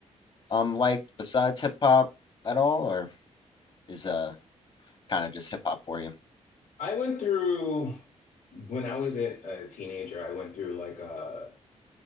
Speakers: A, on the left; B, on the left.
A: um liked besides hip hop at all, or is uh kind of just hip hop for you?
B: I went through when I was a a teenager, I went through like a